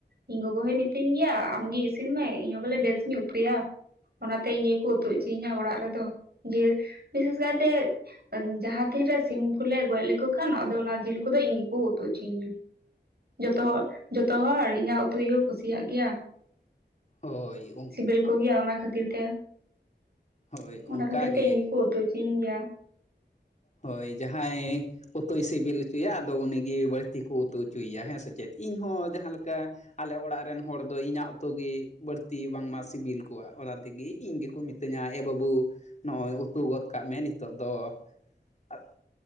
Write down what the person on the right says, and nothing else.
ᱤᱧ ᱜᱚᱜᱚ ᱦᱚᱭ ᱢᱤᱛᱟᱹᱧ ᱜᱮᱭᱟ ᱟᱢᱜᱮ ᱤᱥᱤᱱ ᱢᱮ, ᱤᱧ ᱦᱚᱸ ᱵᱚᱞᱮ ᱵᱮᱥ ᱤᱧ ᱩᱛᱩᱭᱟ? ᱚᱱᱟᱛᱮ ᱤᱧ ᱜᱮᱠᱚ ᱩᱛᱩ ᱚᱪᱚᱸᱧᱟ ᱚᱲᱟᱜ ᱨᱮᱫᱚ, ᱡᱤᱞ ᱵᱤᱥᱮᱥ ᱠᱟᱛᱮᱫ ᱟᱸᱫ ᱡᱟᱦᱟᱸ ᱛᱤᱱ ᱨᱮ ᱥᱤᱢ ᱠᱚ ᱞᱮ ᱜᱚᱡ ᱞᱮᱠᱚ ᱠᱷᱟᱱ ᱟᱫᱚ ᱚᱱᱟ ᱡᱤᱞ ᱠᱚᱫᱚ ᱤᱧ ᱜᱮᱠᱚ ᱩᱛᱩ ᱚᱪᱚᱸᱧᱟ᱾ ᱡᱚᱛᱚ ᱦᱚ, ᱡᱚᱛᱚ ᱦᱚᱲ ᱤᱧᱟᱹᱜ ᱩᱛᱩ ᱜᱮᱠᱚ ᱠᱩᱥᱤᱭᱟᱜ ᱜᱮᱭᱟ᱾
ᱥᱤᱵᱤᱞ ᱠᱚᱜᱮᱭᱟ ᱚᱱᱟ ᱠᱷᱟᱹᱛᱤᱨ ᱛᱮ
ᱚᱱᱟ ᱠᱷᱟᱹᱛᱤᱨ ᱛᱮ ᱤᱧ ᱜᱮᱠᱚ ᱩᱛᱩ ᱚᱪᱚᱧ ᱜᱮᱭᱟ᱾